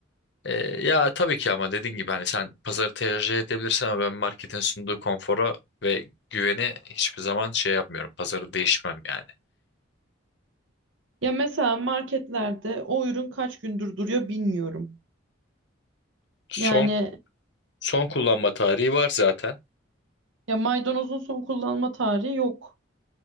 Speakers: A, on the left (about 60°); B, on the right (about 75°).
A: E, ya tabii ki ama dediğin gibi hani sen pazarı tercih edebilirsin ama ben marketin sunduğu konfora ve güveni hiçbir zaman şey yapmıyorum. Pazarı değişmem yani.
B: Ya mesela marketlerde o ürün kaç gündür duruyor bilmiyorum.
A: Son
B: Yani
A: son kullanma tarihi var zaten.
B: ya maydanozun son kullanma tarihi yok.